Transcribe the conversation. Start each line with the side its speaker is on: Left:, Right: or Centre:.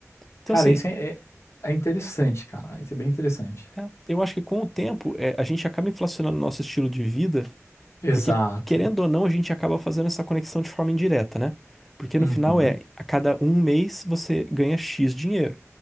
Centre: Então,
Left: Cara,
Centre: assim,
Left: isso é, é, é interessante, cara. Isso é bem interessante.
Centre: É, eu acho que com o tempo é, a gente acaba inflacionando o nosso estilo de vida,
Left: Exato.
Centre: porque querendo ou não, a gente acaba fazendo essa conexão de forma indireta, né? Porque
Left: Uhum,
Centre: no final é, a cada um mês você ganha X dinheiro.